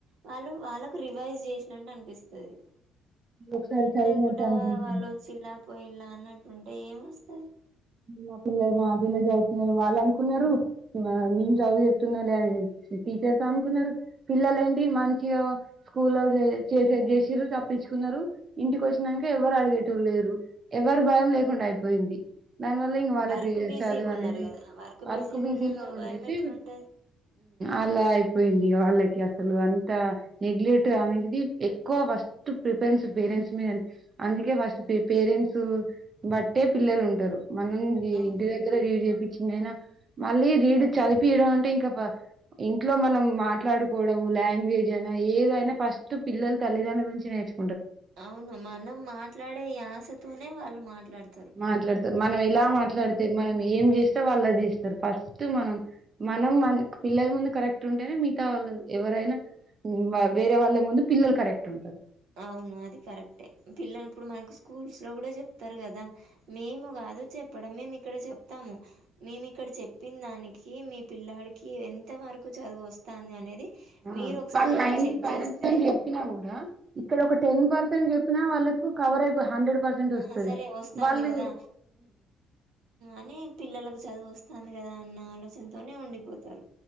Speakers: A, on the right; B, on the right.
A: వాళ్ళు వాళ్ళకు రివైజ్ చేసినట్టు అనిపిస్తది
B: ఒకసారి
A: ఏం
B: చదివినట్టు
A: లేకుటా
B: అనిపించింది
A: వాళ్ళు వచ్చిల్ల పోయిల్లా అన్నట్టుంటే ఏం వస్తది
B: మా పిల్లలు మా పిల్లలు చదువుతున్నారని వాళ్ళు అనుకున్నారు మేము చదువు చెప్తున్నాం లే అని టీచర్స్ అనుకున్నరు పిల్లలు ఏంటి మంచిగా స్కూల్లో చేే చేసిరు తప్పించుకున్నరు ఇంటికి ఒచ్చినంక ఎవ్వరు అడిగేటోళ్ళు లేరు ఎవరు
A: అవును
B: భయం లేకుండాయ్ పోయింది దాని వల్ల ఇంగ వాళ్ళకు
A: వర్క్ బిజీగా
B: చదువ్
A: ఉన్నారు
B: అనేది
A: కదా
B: వర్క్
A: బిజీగా
B: బిజీలో
A: ఉన్నాక
B: ఉండేసి
A: భయం ఎట్లుంటది
B: అలా హు అయిపోయిం ఇగ వాళ్ళకి అసలు అంత నెగ్లెక్ట్ అనేది ఎక్కువ ఫస్ట్ ప్రిపరెన్స్ పేరెంట్స్ మీద అందుకే ఫస్ట్ పేరెంట్స్ బట్ ట్టే పిల్లలు ఉంటారు మనం యి
A: అవును
B: ఇంటి దగ్గర రిచేప్ చినా మళ్ళీ రీడ్ చదిపియడం అంటే ఇంకా ఫ ఇంట్లో మనం మాట్లాడుకోవడం లాంగ్వేజ్ అయినా ఏదైనా ఫస్ట్ పిల్లలు తల్లిదండ్రల నుంచి నేర్చు
A: అవును మనం మాట్లాడే ఆశతోనే వాళ్ళు మాట్లాడ్
B: మాట్లాడుత మనం ఎలా మాట్లాడితే మనం ఏం చేస్తే వాళ్ళది చేస్తారు ఫస్ట్ మనం మనం మన పిల్లల ముందు కరెక్ట్ ఉంటేనే మిగతా వాళ్ళు ఎవరైనా వేరే వాళ్ళ ముందు పిల్లలు కరెక్ట్ ఉంటారు
A: అవును అది కరెక్టే పిల్లలిప్పుడు మనకు స్కూల్స్ లో కూడా చెప్తారు కదా మేము కాదు చెప్ ప్పడమే మేము ఇక్కడ చెప్తాము నిను ఇక్కడ చెప్పిన దానికి కి మీ పిల్లాడికి ఎంత వరకు చదువు వస్థంది అనేది
B: ఆ
A: మీరు ఒకసారి
B: వాళ్ళ నైన్
A: చెక్
B: కి పేరెంట్స్
A: చేస్తే
B: తోని చెప్పినా కూడా ఇక్కడ ఒక
A: "ఉమ్,
B: టెన్ పర్సెంట్ చె వాళ్ళకు కవర్ అయిపోయి హండ్రెడ్ పర్సెంట్ వస్తది
A: ఆ సరే వస్తాంది
B: వాళ్ళు
A: కదా అని పిల్లలకు చదువు వస్ వస్తాను కదా అన్న ఆలోచనతోనే ఉండిపోతారు